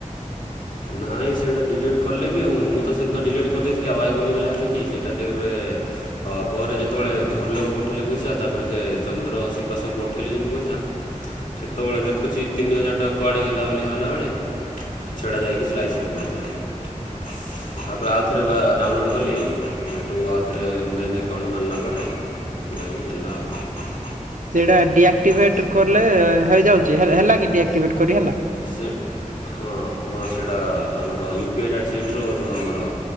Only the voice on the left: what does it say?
ନାଇଁ ସେଇଟା ଡିଲେଟ୍ କଲେ ବି ହଉନି, ମୁଁ ତ ସେଦିନ ଡିଲେଟ୍ କରିଦେଇଥିଲି ଆଉ ଭାଇବନି ବୋଲି ଭାବିକି ସେଇଟା ଦେଖ ପରେ ଯେତେବେଳେ ଘର ଲୋକ ପଠେଇଲେ ପଇସା ତାପରେ ସେ ଚନ୍ଦ୍ର ଶିବାସୁ ପଠେଇଲେମ ପଇସା ସେତେବେଳେ ଦେଖୁଛି ତିନି ହଜାର ଟଙ୍କା କୁଆଡେ ଗଲା ବୋଲି ଭାବଲା ବେଳେ ସେଇଟା ଯାଇକି ସ୍ଲାଇସରେ ପଡ଼ିଥିଲା। ତାପରେ ଆଉଥରେ ଡାଉନଲୋଡ୍ କଲି ହେଠୁ ଆଉଥରେ ମେନ୍ ଏକାଉଣ୍ଟ ଆଣିଲା ପରେ ମେ ବି ହେଲା ଆଉ।
ହୁଁ।
ସେ ହଁ ହଁ ସେଇଟା ଆମର ୟୁ ପି ଆଇ ଟା ସିଟର ଯେଉଁ ଆମର